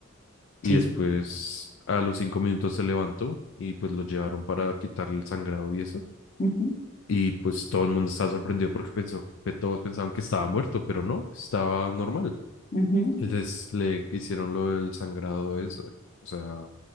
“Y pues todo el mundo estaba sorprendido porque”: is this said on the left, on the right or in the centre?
Left